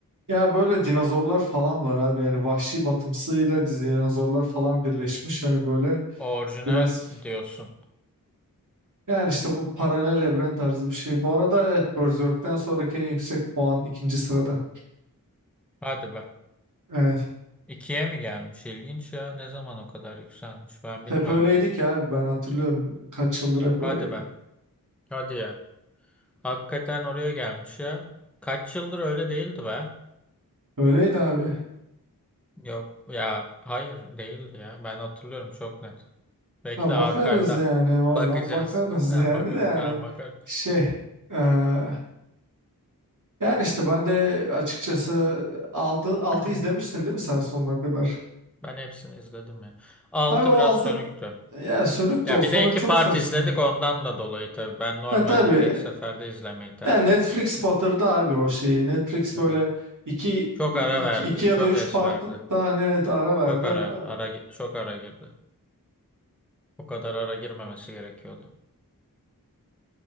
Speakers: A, on the right; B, in the centre.
A: Ya böyle dinozorlar falan var abi. Yani vahşi batımsıyla dinozorlar falan birleşmiş. Hani böyle
B: Orijinal
A: biraz
B: diyorsun.
A: yani işte bu paralel evren tarzı bir şey. Bu arada evet Berserk'ten sonraki en yüksek puan ikinci sırada.
B: Hadi be.
A: Evet.
B: İkiye mi gelmiş? İlginç ya. Ne zaman o kadar yükselmiş? Ben
A: Hep
B: bilmiyorum
A: öyleydi
B: bak.
A: ki abi ben hatırlıyorum. Kaç yıldır hep öyleydi.
B: Hadi be. Hadi ya. Hakikaten oraya gelmiş ya. Kaç yıldır öyle değildi be.
A: Öyleydi abi.
B: Yok ya. Hayır değildi ya. Ben hatırlıyorum çok net. Bekle
A: Ha, bakarız
B: arkaydan
A: yani oradan
B: bakacağız.
A: bakarız
B: Bak, tamam
A: <laughs> yani
B: bakarım.
A: de yani
B: Tamam bakarım.
A: şey eee, yani işte ben de açıkçası altı, altı
B: <clears throat>
A: izlemiştin değil mi sen sonuna kadar?
B: Ben hepsini izledim ya. Altı
A: Abi o
B: biraz
A: altın
B: sönüktü.
A: ya sönük
B: Ya
A: de o sonu
B: bir de iki
A: çok
B: part
A: saçmaydı.
B: izledik ondan da dolayı tabii. Ben normalde
A: E tabii
B: tek seferde izlemeyi tercih
A: ya Netflix
B: ediyorum.
A: batırdı abi o şeyi. Netflix
B: Evet.
A: böyle iki,
B: Çok ara
A: iki,
B: verdi.
A: iki ya
B: Çok
A: da üç
B: es
A: part
B: verdi.
A: da hani evet ara verdi.
B: Çok ara
A: Hani,
B: ara gi- çok ara girdi. O kadar ara girmemesi gerekiyordu.